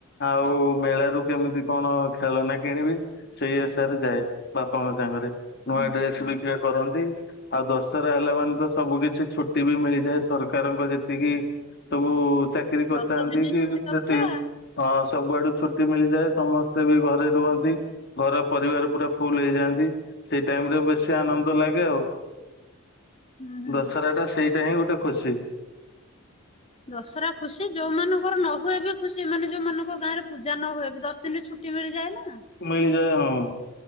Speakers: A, on the left; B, on the left.
A: ଆଉ ମେଳାରୁ କେମିତି କଣ ଖେଳନା କିଣିବି ସେଇ ଆଶାରେ ଯାଏ ବାପାଙ୍କ ସାଙ୍ଗରେ ନୂଆ
B: ହୁଁ
A: ଡ୍ରେସ
B: ହଉ।
A: ବିକ୍ରି କରନ୍ତି। ଆଉ ଦଶହରା ହେଲା ମାନେ ତ ସବୁ କିଛି ଛୁଟି ବି ମିଳିଯାଏ ସରକାରଙ୍କ ଯେତିକି ସବୁ ଚାକିରୀ କରିଥାନ୍ତି
B: ଦଶ ଦିନ
A: କି
B: ଛୁଟି ତ
A: ଯଦି
B: ପୁରା
A: ଅ ସବୁଆଡୁ ଛୁଟି ମିଳିଯାଏ ସମସ୍ତେ ବି ଘରେ ରୁହନ୍ତି ଘର ପରିବାର ପୁରା ଫୁଲ ହେଇଯାଆନ୍ତି ସେଇ ଟାଇମ ରେ ବେଶୀ ଆନନ୍ଦ ଲାଗେ ଆଉ
B: ହୁଁ ହୁଁ।
A: ଦଶରା ଟା ସେଇ ତେହିିଁ ଗୋଟେ ଖୁସି
B: ଦଶରା ଖୁସି ଯୋଉମାନଙ୍କର ନ ହୁଏ ବି ଖୁସି ମାନେ ଯୋଉମାନଙ୍କ ଗାଁରେ ପୂଜା ନ ହୁଏ ବି ଦଶ ଦିନରେ ଛୁଟି ମିଳିଯାଏ ନା
A: କମେଇିଲ ଯା ହଁ